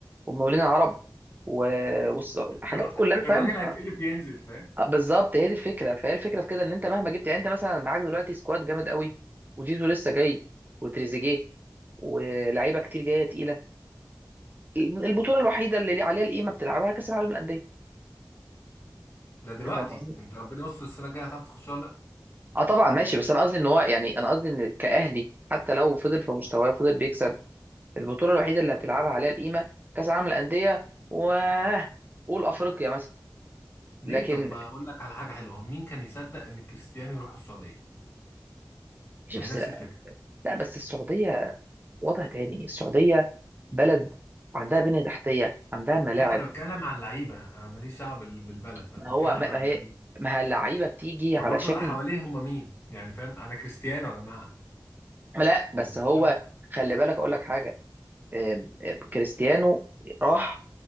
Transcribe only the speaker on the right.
ومقاولين العرب و- والص- حاجات
كلها فاهم
آه، بالظبط هي دي الفكره فهي الفكره في كده ان انت مهما جبت يعني انت مثلا معاك دلوقتي سكواد جامد قوي وجيزو لسه جاي وتريزيجيه ولاعيبه كتير جايه تقيله البطوله الوحيده اللي عليها القيمه بتلعبها كاس العالم للانديه
انت فاهم قصدي؟
اه طبعا ماشي بس انا قصدي ان هو يعني انا قصدي ان كاهلي حتى لو فضل في مستواه فضل بيكسب البطوله الوحيده اللي هتلعبها عليها القيمه كاس العالم للانديه و قول افريقيا مثلا
لكن
ماشي
بس
لا
لا بس السعوديه وضع تاني السعوديه بلد عندها بنية تحتية عندها ملاعب
ما
هو ما
ما هي
ما هي اللعيبة بتيجي علشان
لا بس
هو
خلي بالك أقول لك حاجة آم، آم، كريستيانو راح